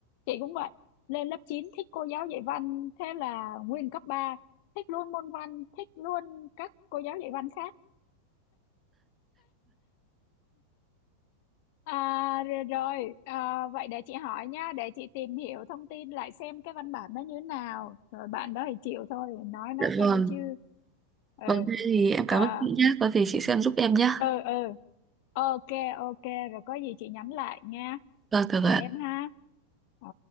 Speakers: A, on the left; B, on the right.
A: chị cũng vậy lên lớp 9 thích cô giáo dạy văn thế là nguyên cấp 3 thích luôn môn văn thích luôn các cô giáo dạy văn khác à rồi, rồi. À, vậy để chị hỏi nha để chị tìm hiểu thông tin lại xem cái văn bản nó như thế nào rồi bạn đó thì chịu thôi nói
B: dạ
A: nó
B: vâng
A: thôi chứ ừ
B: vâng thế thì em cảm
A: À,
B: ơn chị nhé có gì chị xem giúp em nhé
A: ừ ừ ok ok rồi có gì chị nhắn lại nha
B: vâng được
A: và
B: ạ
A: em ha ờ